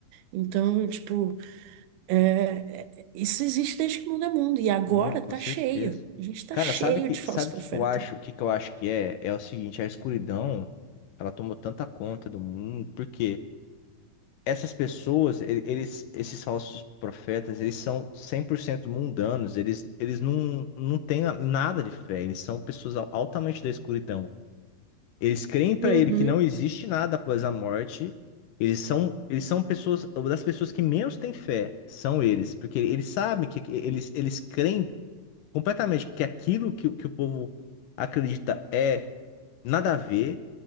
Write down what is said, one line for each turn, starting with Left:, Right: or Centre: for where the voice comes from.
Right: Então, tipo... É, é, isso existe desde que o mundo é mundo, e agora
Left: Não, com
Right: tá
Left: certeza.
Right: cheio. A gente tá
Left: Cara,
Right: cheio
Left: sabe que
Right: de falso
Left: sabe
Right: profeta.
Left: o que que eu acho? O que que eu acho que é? É o seguinte, a escuridão, ela tomou tanta conta do mundo, porque essas pessoas, e- eles, esses falsos profetas, eles são 100% mundanos, eles, eles não, não têm a- nada de fé, eles são pessoas al- altamente da escuridão. Eles creem pra
Right: Uhum,
Left: ele que não existe nada após a morte. Eles são, eles são pessoas, uma das pessoas que menos têm fé, são eles, porque eles sabem que que eles, eles creem completamente que aquilo que, o- que o povo acredita é nada a ver,